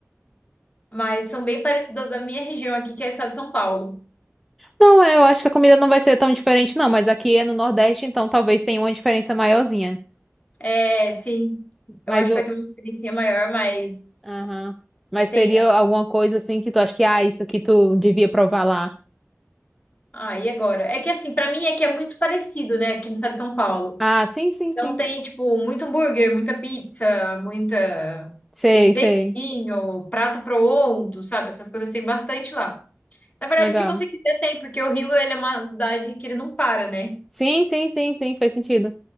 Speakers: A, on the left (about 30°); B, in the centre.
A: mas são bem parecidas da minha região aqui, que é o estado de São Paulo.
B: Não, é, eu acho que a comida não vai ser tão diferente, não, mas aqui é no Nordeste, então talvez tenha uma diferença maiorzinha.
A: É, sim,
B: Mas
A: eu acho
B: o.
A: que vai ter uma diferencinha maior, mas
B: Aham. Mas
A: tem.
B: seria alguma coisa assim que tu acha que, ah, isso aqui tu devia provar lá.
A: Ah, e agora? É que assim, pra mim é que é muito parecido, né, aqui no estado de São Paulo.
B: Ah, sim, sim,
A: Então
B: sim.
A: tem, tipo, muito hambúrguer, muita pizza, muita
B: Sei,
A: espetinho,
B: sei.
A: prato pronto, sabe? Essas coisas tem bastante lá. Na verdade,
B: Legal.
A: o que você quiser tem, porque o Rio, ele é uma cidade que ele não para, né?
B: Sim, sim, sim, sim, fez sentido.